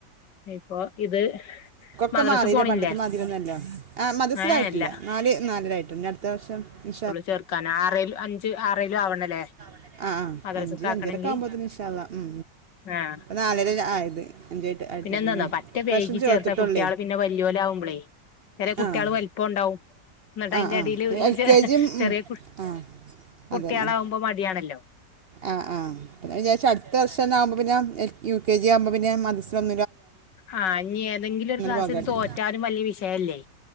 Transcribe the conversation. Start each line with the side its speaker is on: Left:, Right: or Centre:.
Left: ഇപ്പൊ ഇത്
Right: ക്കെ
Left: മദ്രസ്
Right: മാറിയില്ല
Left: പോണില്ലേ
Right: പണ്ടത്തെ മാതിമംന്നല്ലോ മദ്രസആയിട്ടില്ല
Left: ഏഹ് ഇല്ല
Right: നാല് നാലായിട്ടുണ്ട് അടുത്ത വർഷം നി
Left: ചേർക്ക ആ അഞ്ച് ആറിലും ആവണല്ലേ
Right: ആഹ് ആ
Left: മദ്രസക്ക്
Right: അഞ്ച്
Left: ആക്കണെങ്കി
Right: അഞ്ചരക്കെ ആവുമ്പോത് നിഷാല ഉ
Left: ആഹ്
Right: ഉ നാലര ആയത് അഞ്ചായിട്ട് ആയിട്ടില്ല
Left: എന്താന്നോ
Right: പിന്നെ
Left: പറ്റ
Right: ഇപ്രാവശ്യം
Left: വൈകി
Right: ചേർത്തിട്ടോുള്ളൂ
Left: ചേർത്താ കുട്ടികള് പിന്നെ വലിയലെ ആകുമ്പളെ വേറെ കുട്ടികള്
Right: ആഹ്
Left: വലിപ്പംണ്ടാവും എന്നിട്ട് അതിന്റെ
Right: ആഹ്
Left: അടിൽ
Right: ആഹ്
Left: ഈ
Right: എൽ
Left: ച
Right: കെ ജിയും
Left: ചെറിയ
Right: ഉം
Left: കു
Right: ആഹ്
Left: കുട്ടികളാകുമ്പോ
Right: അതന്നെ
Left: മടിയണല്ലോ
Right: ആഹ് ആചാ അടുത്ത വർഷം ആവുമ്പോ പിന്നെ യു കെ ജി ആവുമ്പോ പിന്നെ മസ്സം
Left: ആഹ ഇനി ഏതെങ്കിലും ഒരു ക്ലാസിലും
Right: പോകാര്തി
Left: തോറ്റാലും വലിയ വിഷയല്ലേ